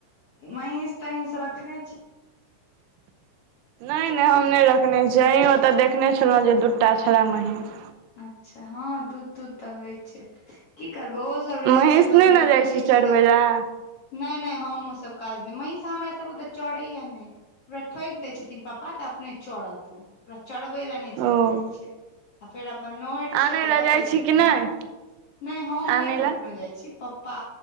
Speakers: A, on the left; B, on the right.
A: महींस तहींस रखने छिय
B: नहि नहि
A: की
B: हम नहि रखने छी अहि ओतऽ देखने छलहुँ जे दूटा छलए महीस
A: अच्छा हँ दूध तूध तऽ होइ छै की करबो सब रहै
B: महींष
A: छै अपन
B: नहि ने
A: दूध
B: जाइ
A: तूध
B: छी
A: होइ
B: चरबै
A: छै तऽ
B: लए
A: नइ नइ हम ओसभ काज नहि महीष हमरा सभ ओतऽ चड़ैए य नहि ओकरा ठोकि देय छथिन पापा तऽ अपने चड़त ओ ओकरा चरबै लऽ नहि
B: ओ
A: जाय पड़ै छै आ फेर अपन नहर
B: आनै
A: छियै ओ तऽ
B: लए
A: दऽ
B: जाइ
A: दै
B: छी
A: छथिन
B: कि नहि
A: नहि हम
B: आनै
A: नहि
B: लए
A: कखनो जाइ छी प पा